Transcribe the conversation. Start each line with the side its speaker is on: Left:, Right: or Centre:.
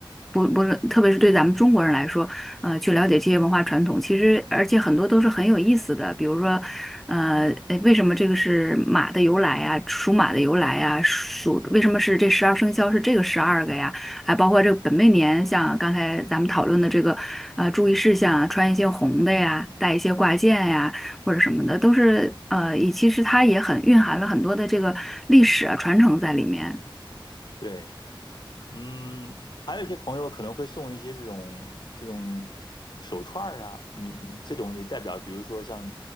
Centre: 不不论，特别是对咱们中国人来说。呃，去了解这些文化传统。其实，而且很多都是很有意思的，比如说，呃，诶为什么这个是马的由来呀？属马的由来呀？属为什么是这十二生肖是这个十二个呀？还包括这个本命年，像刚才咱们讨论的这个，呃，注意事项啊，穿一些红的呀，戴一些挂件呀，或者什么的，都是呃，以其实它也很蕴含了很多的这个历史啊传承在里面。
Left: 对。嗯，还有一些朋友可能会送一些这种这种手串儿啊，你你这种也代表，比如说像